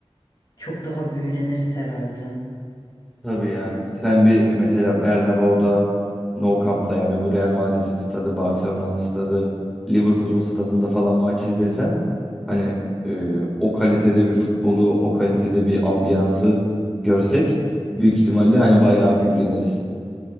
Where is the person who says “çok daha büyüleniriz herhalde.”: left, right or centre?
Left